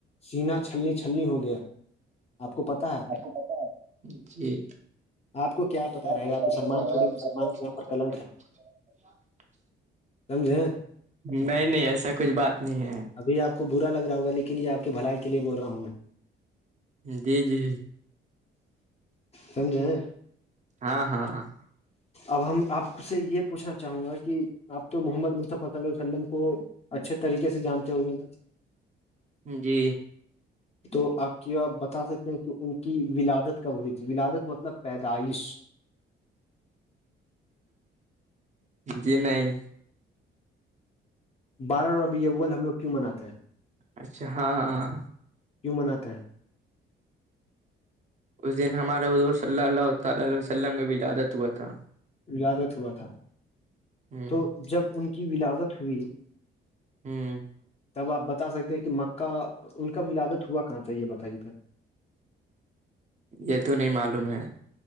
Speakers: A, on the left; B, on the right.
A: سینا چھلنی چھلنی ہو گیا آپ کو پتا ہے
B: اپ کو پتہ ہے جی <inaudible>
A: آپ کو کیا پتا رہے گا آپ مسلمان تھوڑی مسلمان کے نام پر کلنک ہے سمجھے
B: نہیں نہیں ایسا کچھ بات نہیں ہے
A: ابھی آپ کو برا لگ رہا ہوگا لیکن یہ آ کی بھلائی کے لیے بول رہا ہوں میں
B: جی جی
A: سمجھے
B: ہاں ہاں
A: اب ہم آپ سے یہ پوچھنا چاہوں گا کہ آپ تو محمد مصطفی صلی عیہ وسلم کو اچھے طریقے سے جانتے ہو گے نا
B: جی
A: تو آپ کیا بتا سکتے ہیں کہ ان کی ولادت کب ہوئی تھی ولادت مطلب پیدائش
B: جی نہیں
A: بارہ ربیع الاول ہم لوگ کیوں مناتے ہیں
B: اچھا ہاں
A: کیوں مناتے ہیں
B: اس دن ہمار حضور صلی اللہ تعی عیہ وسلم کا ولادت ہوا تھا
A: ولادت ہوا تھا
B: ہ
A: تو جب ان کی ولادت ہوئی
B: ہوں
A: تب آپ بتا سکتے ہیں کہ مکہ ان کا ولادت ہوا کہا تھا یہ بتائیے پہلے
B: یہ تو نہیں معلوم ہے